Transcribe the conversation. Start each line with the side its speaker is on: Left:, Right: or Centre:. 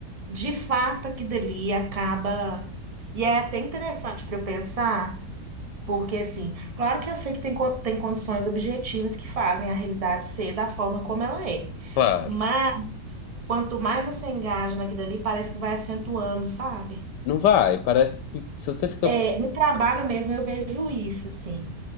Right: De fato, aquilo ali acaba. E é até interessante para eu pensar, porque, assim, claro que eu sei que tem, co- tem condições objetivas que fazem a realidade ser da forma como ela é.
Left: Claro.
Right: Mas, quanto mais você engaja naquilo ali, parece que vai acentuando, sabe?
Left: Não vai. Parece que se você fica.
Right: É, no trabalho mesmo eu vejo isso, assim.